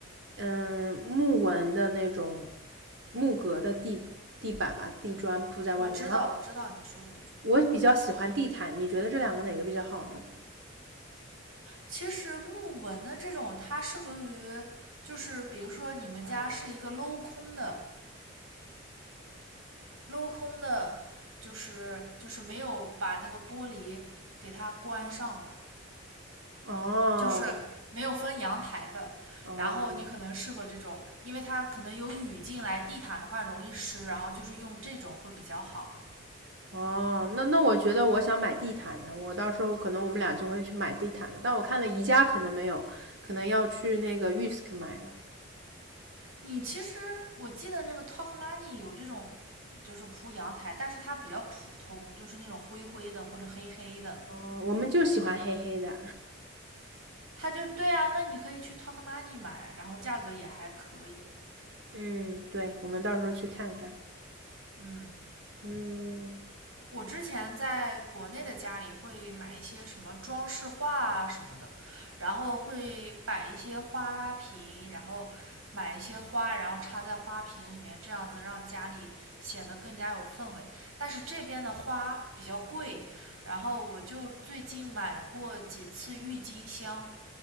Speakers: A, on the right (about 60°); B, on the right (about 85°).
A: 嗯，木纹的那种木格的地地板吧，地砖铺在外面。
B: 我知道，
A: 然后
B: 我知道你说的这种。
A: 我比较喜欢地毯，你觉得这两个哪个比较好呢？
B: 其实木纹的这种，它适合于，就是比如说你们家是一个镂空的，镂空的，就是就是没有把那个玻璃给它关上的。
A: 哦
B: 就是没有分阳台的。
A: 哦，
B: 然后你可能适合这种，因为它可能有雨进来，地毯的话容易湿，然后就是用这种会比较好。
A: 哦，那那我觉得我想买地毯的，我到时候可能我们俩就会去买地毯的。但我看了宜家可能没有，可能要去那个 Yusk 买了。
B: 你其实我记得那个 Talk Money 有这种，就是铺阳台，但是它比较普通，就是那种灰灰的或者黑黑的。
A: 哦，我们就喜欢黑黑的。
B: 它就对啊，那你可以去 Talk Money 买，然后价格也还可以。
A: <laughs> 嗯，对，我们到时候去看看。
B: 嗯，
A: 嗯，
B: 我之前在国内的家里会买一些什么装饰画啊什么的，然后会摆一些花瓶，然后买一些花，然后插在花瓶里面，这样子让家里显得更加有氛围。但是这边的花比较贵，然后我就最近买过几次郁金香，